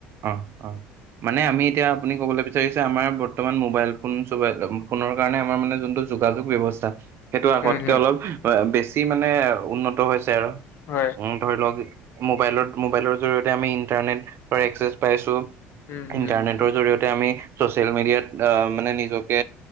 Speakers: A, on the right (about 50°); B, on the left (about 50°).
A: অ' অ' মানে আমি এতিয়া আপুনি ক'বলৈ বিচা বিচাৰিছে আমাৰ বৰ্তমান মোবাইল ফোন চবে একদম। ফোনৰ কাৰণে আমাৰ মানে যোনটো যোগাযোগ ব্যৱস্থা সেইটো আগতকে
B: উম হম
A: অলপ অ' বেছি মানে উন্নত হৈছে আৰু
B: হয়
A: উ ধৰি ল'ব পাৰি। মোবাইলত মোবাইলৰ জৰিয়তে আমি ইন্টাৰনেটৰ এক্সেছ পাইছোঁ।
B: উম হম
A: ইণ্টাৰনেটৰ
B: হম
A: জৰিয়তে আমি চচিয়েল মিডিয়াত আ মানে নিজকে